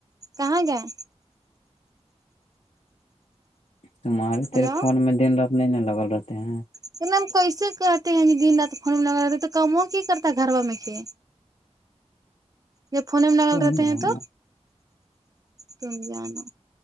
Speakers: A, on the right; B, on the left.
A: کہاں گئے
B: تمہارے تیرے
A: ہلو
B: فون میں دن رات نہیں نا لگل رہتے ہیں
A: تو ن ہم کیسے کہتے ہیں دن رات خون میں لگا رہ تو کام ہو کی کرتا ہے گھر با میں سے جب فھنے میں ڈگال
B: تم
A: رہتے ہیں
B: ہوں
A: تو تم جانو